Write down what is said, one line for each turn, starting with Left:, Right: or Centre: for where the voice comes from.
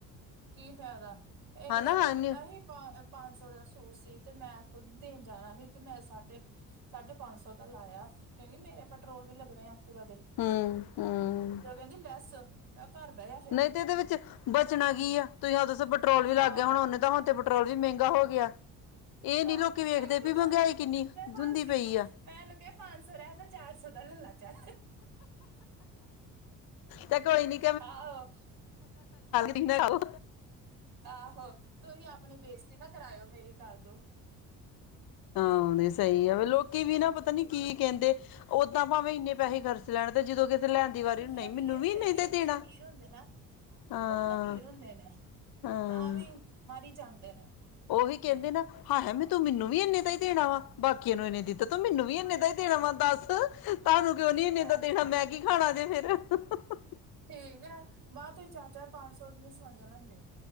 Right: ਕੀ ਫਾਇਦਾ ਇੱਕ
Left: ਹਨਾ
Right: ਦਿਨ ਮੈਂ
Left: ਹੂੰ
Right: ਕੀਤਾ ਸੀ ਪੰਜ ਸੌ ਦਾ ਸੂਟ ਸੀ ਤੇ ਮੈਂ? ਖੁੱਦ ਦੇਣ ਜਾਣਾ ਸੀ ਤੇ ਮੈਂ ਸਾਢੇ ਸਾਢੇ ਪੰਜ ਸੌ ਦਾ ਲਾਇਆ? ਕਿਉਂਕਿ ਮੇਰੇ ਪੈਟਰੋਲ ਵੀ ਲੱਗਣੇ ਐਕਟਿਵਾ ਦੇ
Left: ਹੂੰ ਹੂੰ
Right: ਤੇ ਉਹ ਕਹਿੰਦੀ ਲੈਸ? ਮੈਂ। ਘਰ ਬਹਿ ਜਾ ਫਿਰ
Left: ਨਹੀਂ ਤੇ ਇਹਦੇ ਵਿੱਚ ਬਚਣਾ ਕੀ ਆ? ਤੁਸੀਂ ਆਪ ਦੱਸੋਂ ਪੈਟਰੋਲ ਵੀ ਲੱਗ
Right: ਆਹੋ
Left: ਗਿਆ ਹੋਣਾਂ ਉਹਨੇ ਦਾ ਹੁਣ ਤੇ ਪੈਟਰੋਲ ਵੀ ਮਹਿੰਗਾ ਹੋ ਗਿਆ? ਇਹ
Right: ਆਹੋ
Left: ਨੀ ਲੋਕੀ ਵੇਖਦੇ
Right: ਮੈਂ ਕਿਹਾ
Left: ਵੀ
Right: ਤੂੰ
Left: ਮਹਿੰਗਾਈ ਕਿੰਨੀ
Right: ਮੈਂ ਪੰਜ
Left: ਹੁੰਦੀ
Right: ਸ
Left: ਪਈ ਆ
Right: ਮੈਂਨੂੰ ਉਹਨੂੰ ਕਿਹਾ ਪੰਜ ਸੌ ਰਹਿਣ ਦੇ ਚਾਰ ਸੌ ਦਾ ਲੈ ਲਾਂ। ਚੱਲ
Left: ਤੇ ਕੋਈ ਨੀ
Right: ਆਹੋ।
Left: ਇੰਨਾ ਖਾ ਲਾ।
Right: ਆਹੋ ਆਪਣੀ ਬੇਇਜ਼ਤੀ ਤੁਸੀਂ ਨਾ ਕਰਾਇਓ ਮੇਰੀ ਕਰਦੋ?
Left: ਹਾਂ ਹੁਣ ਇਹ ਸਹੀ ਆ ਲੋਕੀ ਵੀ ਨਾ ਪਤਾ ਨੀ ਕੀ ਕਹਿੰਦੇ? ਓਦਾਂ ਭਾਵੇਂ ਇੰਨੇ ਪੈਸੇ ਖਰਚ? ਲੈਣ ਤੇ ਜਦੋਂ ਕਿਤੇ ਲੈਣ ਦੀ ਵਾਰੀ
Right: ਇੰਨੇ
Left: ਨਹੀਂ
Right: ਅਮੀਰ
Left: ਮੈਨੂੰ
Right: ਹੁੰਦੇ
Left: ਵੀ ਨਹੀਂ
Right: ਨਾ
Left: ਤੇ
Right: ਇੰਨੇ
Left: ਦੇਣਾ
Right: ਅਮੀਰ ਹੁੰਦੇ ਨਾ
Left: ਹਾਂ
Right: ਬਹੁਤ ਅਮੀਰ ਹੁੰਦੇ ਨੇ
Left: ਹਾਂ
Right: ਤਾਂ ਵੀ ਮਾਰੀ ਜਾਂਦੇ ਜਾਂਦੇ ਨੇ।
Left: ਉਹੀ ਕਹਿੰਦੇ ਨਾ ਹਾਏ ਹਾਏ ਤੂੰ ਮੈਨੂੰ ਵੀ ਇੰਨੇ ਦਾ ਹੀ ਦੇਣਾ ਵਾ ਬਾ ਕੀਆਂ ਨੂੰ ਐਨਾ ਦਿੱਤਾ ਤਾਂ ਮੈਨੂੰ ਵੀ ਐਨੇ ਦਏ? ਦੇਣਾ ਵਾ ਦੱਸ? ਤੁਹਾਨੂੰ ਕਿਉਂ ਨੀ ਇੰਨੇ
Right: ਐਵੇਂ
Left: ਦਾ ਦੇਣਾ, ਮੈ ਕੀ ਖਾਣਾ ਜੇ ਫੇਰ। <unintelligible>
Right: ਠੀਕ ਹੈ, ਬਾਹਰ ਤੁਸੀ ਚਾਰ ਚਾਰ ਪੰਜ ਸੌ ਦੀਆਂ ਈਆ ਲੈਂਦੇ ਓ